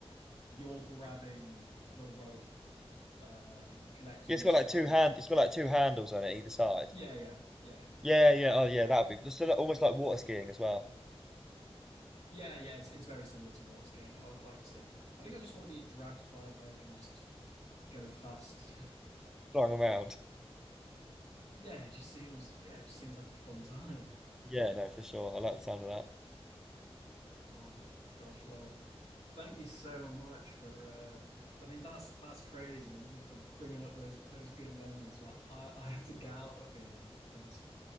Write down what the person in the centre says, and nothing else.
Yeah, it's
got
like
two hand. It's got like two handles on it either side.
Yeah, yeah, oh yeah, that'd be just a li- almost like water skiing as well,
flying around.
Yeah, no, for sure. I like the sound of that.